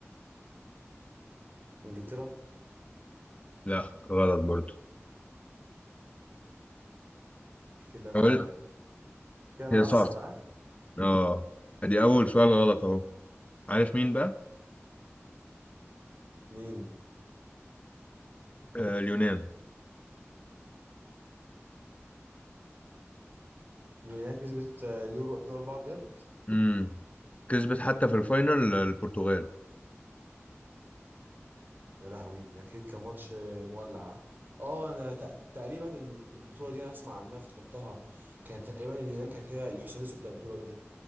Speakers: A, on the right; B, on the left.
A: إنجلترا
B: لا غلط برضه
A: كده أنا
B: قول
A: كان
B: هي
A: هخسر
B: صعبة
A: ها
B: اه دي اول سؤال غلط اهو عارف مين بقى؟
A: مين
B: آه اليونان
A: اليونان كسبت آه، اليورو 2004 بجد
B: امم كسبت حتى في الفاينل البرتغال
A: يا لهوي ده اكيد كان ماتش آه، مولع ها؟ اه انا تق- تقريبا ال- البطوله دي انا اسمع عنها افتكرتها كانت تقريبا اليونان كانت هي الحصان الاسود بتاع البطوله دي